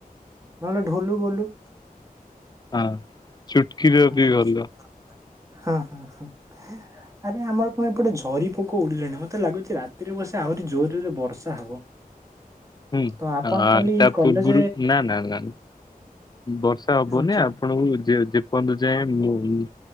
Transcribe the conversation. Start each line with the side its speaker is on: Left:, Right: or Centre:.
Right: ନହେଲେ ଢୋଲୁ ବୋଲୁ।
Left: ହଁ ଚୁଟକି ର ବି
Right: ଆଚ୍ଛା।
Left: ଭଲ।
Right: ହଁ, ହଁ, ହୁଁ, ଆରେ ଆମର କଣ ଏପଟେ ଝରି ପୋକ ଉଡିଲେଣି, ମୋତେ ଲାଗୁଛି ରାତିରେ ବସେ ଆହୁରି ଜୋରରେ ବର୍ଷା ହବ।
Left: ହୁଁ,
Right: ତ ଆପଣ
Left: ଆ,
Right: କାଲି
Left: ତା
Right: କଲେଜ
Left: ପୂର୍ବରୁ ନା, ନା, ନା ବର୍ଷା ହବନି,
Right: ଆଚ୍ଛା।
Left: ଆପଣଙ୍କୁ ଯେ ଯେପନ୍ତୁ ଯାଏଁ ନ